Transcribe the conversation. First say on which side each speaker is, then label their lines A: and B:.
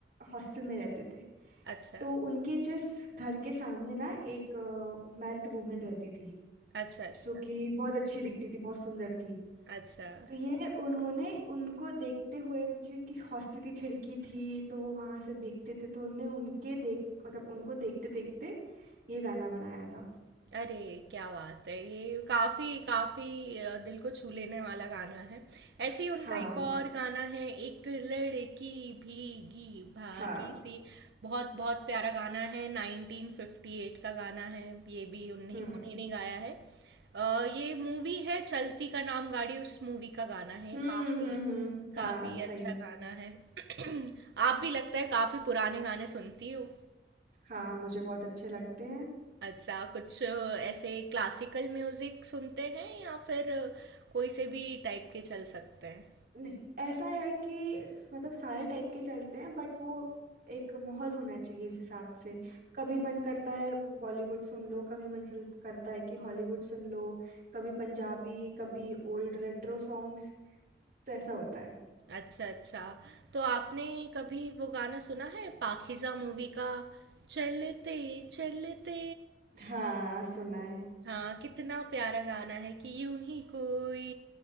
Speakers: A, on the right; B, on the right.
A: हॉस्टल में रहते थे
B: अच्छा
A: तो उनके जस्ट घर के सामने ना एक मैरिड वुमन रहती थी
B: अच्छा अच्छा
A: जो कि बहुत अच्छी दिखती थी बहुत सुंदर थी
B: अच्छा
A: तो ये उन्होंने उनको देखते हुए क्योंकि उनकी हॉस्टल की खिड़की थी तो वो वहां से देखते थे तो उनने उनके देख मतलब उनको देखते देखते ये गाना बनाया था
B: अरे क्या बात है ये काफ़ी काफ़ी दिल को छू लेने वाला गाना है ऐसे ही उनका
A: हाँ
B: एक और गाना है एक लड़की भीगी भागी
A: हाँ
B: सी बहुत बहुत प्यारा गाना है 1958 का गाना है ये भी उन्हीं
A: हम्म
B: उन्हीं ने गाया है अ, ये मूवी है चलती का नाम गाड़ी उस मूवी का गाना है
A: हम्म
B: काफ़ी
A: हम्म हम्म,
B: काफ़ी
A: हाँ सही
B: अच्छा गाना है <clears throat> आप भी लगता है काफ़ी पुराने गाने सुनती हो
A: हाँ मुझे बहुत अच्छे लगते हैं
B: अच्छा कुछ ऐसे क्लासिकल म्यूजिक सुनते हैं या फिर कोई से भी टाइप के चल सकते हैं
A: नहीं ऐसा है कि स- मतलब सारे टाइप के चलते हैं बट वो एक माहौल होना चाहिए उस हिसाब से कभी मन करता है बॉलीवुड सुन लो कभी मन चल करता है कि हॉलीवुड सुन लो कभी पंजाबी कभी ओल्ड रेट्रो सॉन्ग्स तो ऐसा होता है
B: अच्छा अच्छा तो आपने कभी वो गाना सुना है पाकीज़ा मूवी का चलते चलते
A: हाँ सुना है
B: हाँ कितना प्यारा गाना है कि यूं ही कोई